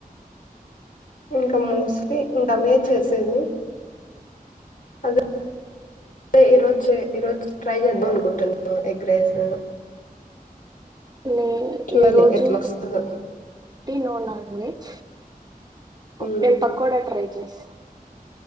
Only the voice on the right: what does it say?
న
ఈ రోజు
నో నాన్వెజ్
నేను పకోడా ట్రై చేస్తా